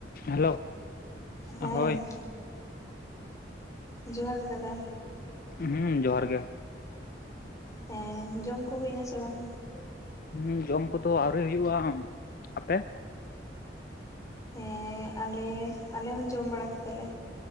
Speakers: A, on the left; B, on the left.
A: Hello
B: ᱦᱮᱸ
A: ᱦᱳᱭ
B: ᱡᱚᱦᱟᱨ ᱜᱮ ᱫᱟᱫᱟ
A: ᱦᱮᱸ ᱡᱚᱦᱟᱨ ᱜᱮ
B: ᱦᱮᱸ ᱡᱚᱢ ᱠᱚ ᱦᱩᱭᱱᱟ ᱥᱮ ᱵᱟᱝ
A: ᱦᱩᱸ ᱡᱚᱢ ᱠᱚᱫᱚ ᱟᱹᱣᱨᱤ ᱦᱩᱭᱩᱜᱼᱟ ᱟᱯᱮ
B: ᱦᱮᱸ ᱟᱞᱮ ᱟᱞᱮ ᱦᱚᱸ ᱡᱚᱢ ᱵᱟᱲᱟ ᱠᱮᱫᱟᱞᱮ